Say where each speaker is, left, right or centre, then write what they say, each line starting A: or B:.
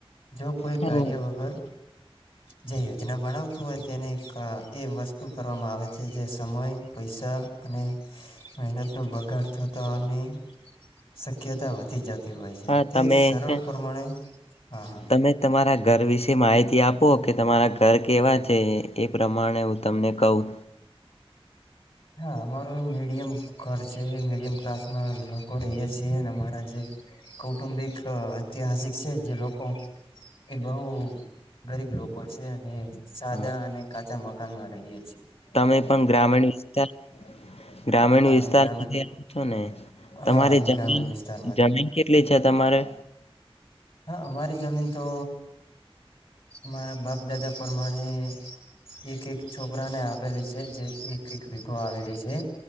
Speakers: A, on the left; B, on the left.
A: જો કોઈ
B: હા
A: કાર્ય વગર જઈએં જેના બનાવતું હોય તેને એ વસ્તુ કરવામાં આવે છે જે સમય પૈસા અને મહેનતનો બગાડ થતો અને શક્યતા વધી જતી હોય છે
B: હા,
A: તે
B: તમે
A: સરળ
B: છે
A: પ્રમાણે હા હા
B: તમે તમારા ઘર વિશે માહિતી આપો કે તમારા ઘર કેવા છે એ પ્રમાણે હું તમને કહું
A: હા અમારું મીડિયમ ઘર છે મીડિયમ ક્લાસમાં લોકો રહીએ છીએ અને અમારા જે કૌટુંબિક ઐતિહાસિક છે જે લોકો એ બહુ ગરીબ લોકો છે અને સાદા
B: હા
A: અને કાચા મ મકાનમાં રહીએ છે
B: તમે પણ ગ્રામીણ વિસ્તાર ગ્રામીણ
A: હા
B: વિસ્તાર
A: અમે ગ્રામીણ
B: માંથી આવો છો ને તમારી
A: હા અમે
B: જમીન
A: ગ્રામીણ વિસ્તારમાંથી
B: જમીન કેટલી છે તમારે
A: હા અમારી જમીન તો મારા બાપ દાદા પ્રમાણે એક એક છોકરાને આપેલી છે જે એક એક વગો આવેલી છે